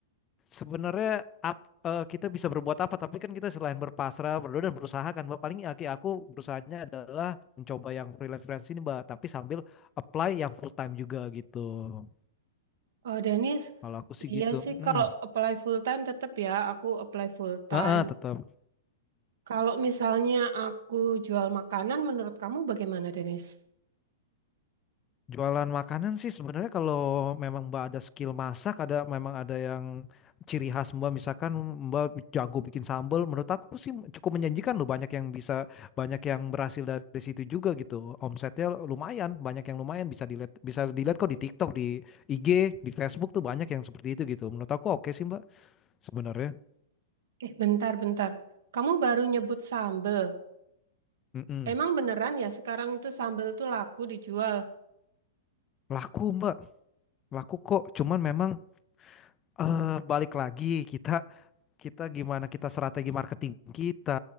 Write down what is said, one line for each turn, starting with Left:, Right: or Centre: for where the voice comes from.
Left: sebenarnya ap- eh, kita bisa berbuat apa? Tapi kan kita selain berpasrah, berdoa dan berusaha kan, Mbak. Paling aki aku berusahanya adalah mencoba yang freelance-freelance ini, Mbak. Tapi sambil apply yang full time juga gitu.
Right: Oh, Dennis,
Left: Kalau aku sih
Right: iya
Left: gitu.
Right: sih kalau
Left: Mm-mm.
Right: apply full time tetap ya aku apply full time.
Left: Heeh, tetap.
Right: Kalau misalnya aku jual makanan, menurut kamu bagaimana, Denis?
Left: Jualan makanan sih sebenarnya kalau memang Mbak ada skill masak, ada memang ada yang ciri khas Mbak, misalkan Mbak jago bikin sambal, menurut aku sih cukup menjanjikan loh, banyak yang bisa, banyak yang berhasil dari situ juga gitu. Omsetnya lumayan, banyak yang lumayan bisa dilihat, bisa dilihat kok di TikTok, di IG, di Facebook tuh banyak yang seperti itu gitu. Menurut aku oke sih Mbak sebenarnya.
Right: Eh, bentar, bentar. Kamu baru nyebut sambel.
Left: Mm-mm.
Right: Emang beneran ya sekarang itu sambel tuh laku dijual?
Left: Laku Mbak, laku kok. Cuman memang eh, balik lagi kita kita gimana kita strategi marketing kita,